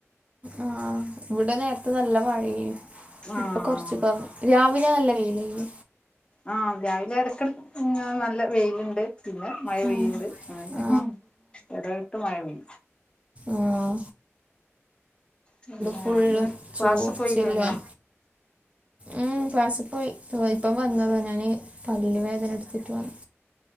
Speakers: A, on the right; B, on the left.
A: ആഹ ഇവിടെ നേരത്ത് നല്ല മഴ
B: ആഹ്
A: ഇപ്പൊ കൊറച്ച് പറഞ്ഞു രാവിലെ നല്ല വെയിലായി
B: ആഹ രാവിലെ എട എടക്ക് നല്ല വെയിലുണ്ട് പിന്നെ മഴ
A: ഉം.
B: വെുണ്ട് അങ്ങനെ
A: ആ
B: ഇടയിട്ട് മഴപൈ
A: ആഹ
B: പിന്ന
A: ഫുള്ളും
B: ഇന്ന് ക്ലാസ്
A: ചോർച്ചെല്ലാം
B: പോയില്ലേ ഞോ
A: ഉം ക്ലാസ്സിൽ പോയി ഇപ്പം വന്നത് നാണ്. പള്ള വേദന എടുത്തിട്ട് വന്നു